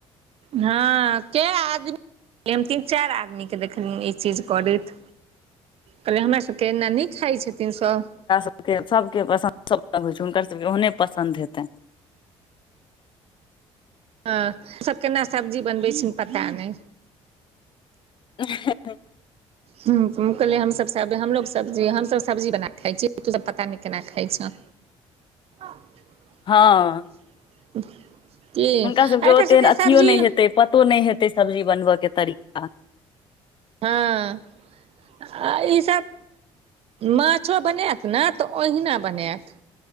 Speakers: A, on the right; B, on the left.
A: हँ कए आदमी <inaudible> हम तीन चाइर आदमी केँ देखनिय ई चीज करैत कहलिय हमरा सब केँ एना नै खाइ छथिन सब
B: सभके पसन्द सब रंग होय छै हुनकर सभ केँ ओहने पसन्द हेतन
A: हँ सभ केना सब्जी बनबै छी पता नै
B: <unintelligible>
A: हू त कहलियै हमसभ सब हमलोग सब्जी हमसभ सब्जी बन कऽ खाइ छियै तू सब पता नै केना खाइ छ <unintelligible>
B: हँ
A: <inaudible> कि
B: हुनका सबके ओते
A: एकर सब केँ
B: अथियो
A: सब्जी
B: नहि
A: यौ
B: हेतै पतो नै हेतै सब्जी बनबय कऽ तरीका
A: हँ <inaudible> आ ई सभ माछो बनैयत ने तऽ ओहिना बनायत